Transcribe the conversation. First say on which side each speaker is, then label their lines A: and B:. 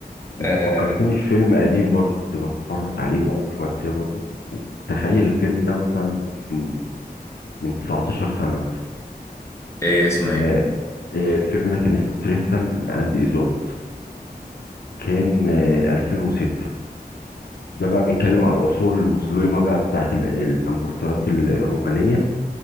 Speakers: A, on the left; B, on the left.
A: انت
B: آه
A: فكرتني في فيلم قديم برضو كنت بتفرج عليه وعمري ما انساه برضو تخيل الفيلم ده مثلا نقول من من 19 سنة مثلا
B: ايه اسمه ايه
A: آه، آه، الفيلم ده كان اسمه تريستان اند ايزولد كان آه، 2006 ده بقى بيتكلم على العصور المظلمة بقى بتاعت ال- الامبراطوريات ال- الرومانية